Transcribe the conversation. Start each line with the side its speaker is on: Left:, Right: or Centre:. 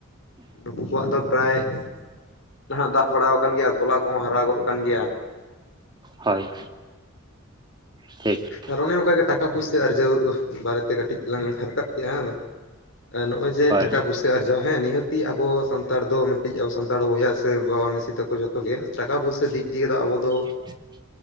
Left: ᱱᱩᱠᱩ ᱠᱚᱣᱟᱜ ᱫᱚ ᱯᱨᱟᱭ ᱼᱼ ᱦᱚᱸ ᱫᱟᱜ ᱵᱟᱲᱟ ᱟᱠᱟᱱ ᱜᱮᱭᱟ ᱟᱨ ᱛᱚᱞᱟ ᱠᱚᱦᱚᱸ ᱦᱟᱨᱟ ᱜᱚᱫ ᱟᱠᱟᱱ ᱜᱮᱭᱟ ᱾
Right: ᱦᱳᱭ ᱴᱷᱤᱠ ᱼᱼ
Left: ᱟᱨ ᱚᱱᱮ ᱚᱱᱠᱟᱜᱮ ᱴᱟᱠᱟ ᱯᱩᱭᱥᱟᱹ ᱟᱨᱡᱟᱣ ᱵᱟᱨᱮᱛᱮ ᱠᱟᱹᱴᱤᱡ ᱞᱟᱝ ᱨᱟᱠᱟᱵ ᱠᱮᱜᱼᱟ ᱦᱟᱝ ᱟᱨ ᱱᱚᱜᱼᱚᱭ ᱼᱼ ᱡᱮ
Right: ᱦᱳᱭ
Left: ᱴᱟᱠᱟ ᱯᱩᱭᱥᱟᱹ ᱟᱨᱡᱟᱣ ᱦᱮᱸ ᱱᱤᱦᱟᱹᱛᱤ ᱟᱵᱚ ᱥᱟᱱᱛᱟᱲ ᱫᱚ ᱢᱤᱫᱴᱤᱡ ᱟᱵᱚ ᱥᱟᱱᱛᱟᱲ ᱵᱚᱭᱦᱟ ᱥᱮ ᱵᱟᱵᱟ ᱢᱤᱥᱤ ᱛᱟᱠᱚ ᱡᱚᱛᱚ ᱼᱼ ᱡᱚᱛᱚᱜᱮ ᱴᱟᱠᱟ ᱯᱩᱭᱥᱟ ᱫᱤᱠ ᱫᱤᱭᱮ ᱫᱚ ᱟᱵᱚ ᱫᱚ ᱼᱼ
Right: <unintelligible>